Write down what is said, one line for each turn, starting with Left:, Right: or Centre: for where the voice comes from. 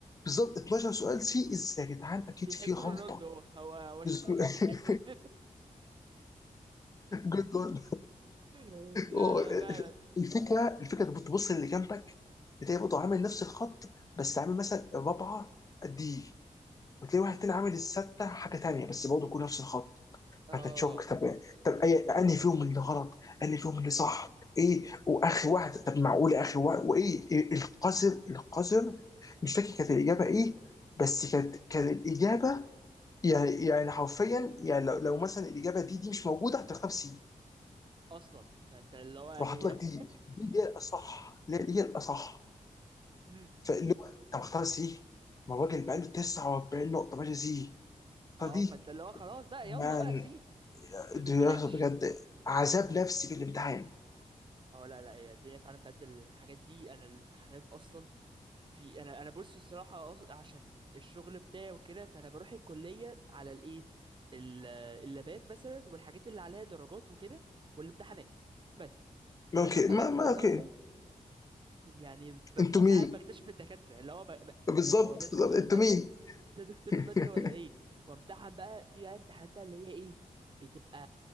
Left: بالظبط 12 سؤال سي ازاي يا جدعان اكيد
Right: بيحب
Left: في غلطة
Right: رونالدو هو هو هو شكله
Left: بس- <laughs>
Right: كان بيحب رون-
Left: جد والله.
Right: <laughs> لا
Left: آه،
Right: لا فعلا
Left: الفكرة الفكرة انت بتبص اللي جنبك بتلاقي برضه عامل نفس الخط بس عامل مثلا الرابعة دي وتلاقي واحد تاني عامل الستة حاجة تانية بس برضه كله نفس الخط
Right: اه
Left: هتتشوك طب طب اي انهي فيهم اللي غلط انهي فيهم اللي صح ايه واخر واحد طب معقول اخر واحد وايه إيه القذر القذر مش فاكر كانت الاجابه ايه بس كانت كانت الاجابه يعني يعني حرفيا يعني لو, لو مثلا الاجابه دي دي مش موجوده هتختار سي
Right: اصلا فانت اللي هو يعني
Left: وحط لك دي دي اللي هي الاصح اللي هي- اللي هي الاصح
Right: امم
Left: فاللي هو طب اختار سي ما الراجل بقى له 49 نقطه ماشي سي فدي
Right: اه فانت اللي هو خلاص بقى
Left: مان
Right: يلا بقى سي ما
Left: دي
Right: بدهاش
Left: بجد عذاب نفسي في الامتحان
Right: اه لا لا هي الدنيا فعلا بدل الحاجات دي انا الامتحانات اصلا في انا انا بص الصراحه أص... عشان الشغل بتاعي وكده فانا بروح الكليه على الايه ال- اللابات مثلا والحاجات اللي عليها درجات وكده والامتحانات بس فانا
Left: اوكي
Right: ببقى
Left: ما
Right: بدخل
Left: ما اوكي
Right: اصلا يعني ب-
Left: انتوا
Right: في ساعات
Left: مين
Right: بكتشف الدكاتره اللي هو ب... ب-
Left: بالظبط
Right: هو ده دكتور
Left: بالظبط
Right: الماده
Left: انتوا مين
Right: ده دكتور
Left: <laughs>
Right: المادة ولا ايه وامتحن بقى في بقى امتحانات بقى اللي هي ايه بتبقى